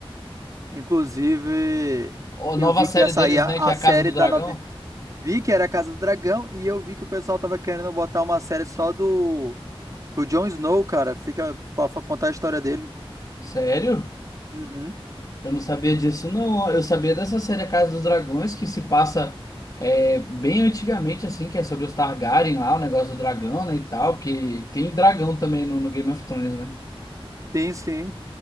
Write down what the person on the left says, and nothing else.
A
nova
série
deles,
né?
Que é a
Casa do
Dragão.
Sério?
Eu não sabia disso, não. ó. Eu sabia dessa série A Casa dos Dragões, que se passa é, bem antigamente, assim, que é sobre os Targaryen lá, o negócio do dragão, né? E tal, porque tem dragão também no, no Game of Thrones, né?